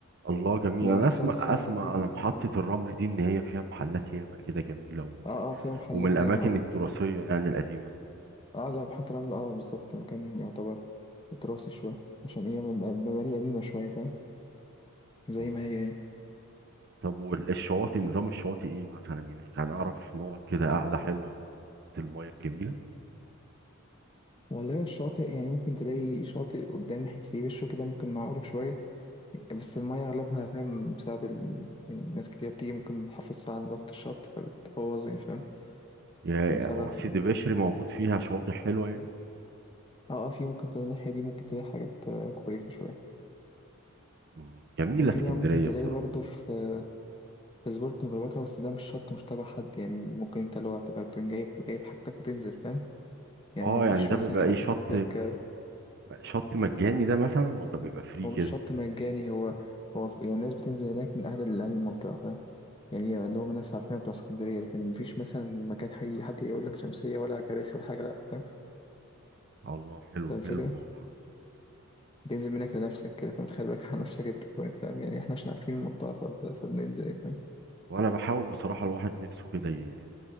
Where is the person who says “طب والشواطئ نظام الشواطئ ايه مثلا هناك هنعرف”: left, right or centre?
Right